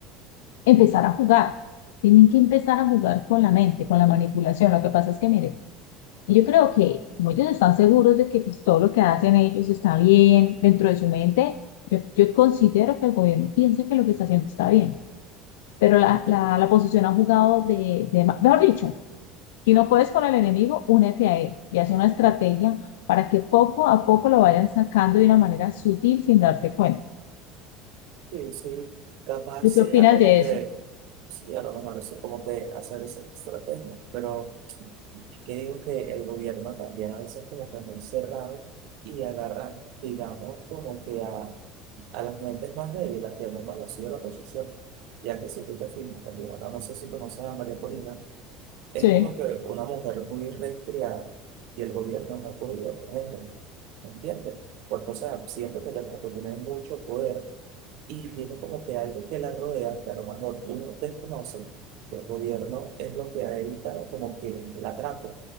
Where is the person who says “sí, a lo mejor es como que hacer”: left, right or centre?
Right